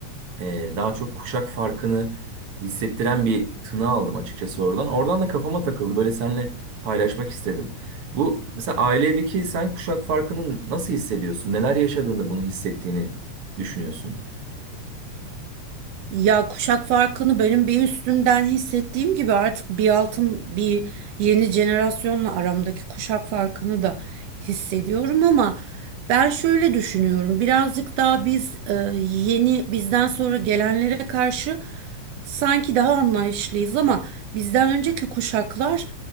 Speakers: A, on the right; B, on the right.
A: ee, daha çok kuşak farkını hissettiren bir tını aldım açıkçası oradan. Oradan da kafama takıldı. Böyle seninle paylaşmak istedim. Bu mesela ailedeki sen kuşak farkını nasıl hissediyorsun? Neler yaşadığında bunu hissettiğini düşünüyorsun?
B: Ya kuşak farkını benim bir üstümden hissettiğim gibi artık bir altım bir yeni jenerasyonla aramdaki kuşak farkını da hissediyorum ama ben şöyle düşünüyorum. Birazcık daha biz e, yeni bizden sonra gelenlere karşı sanki daha anlayışlıyız ama bizden önceki kuşaklar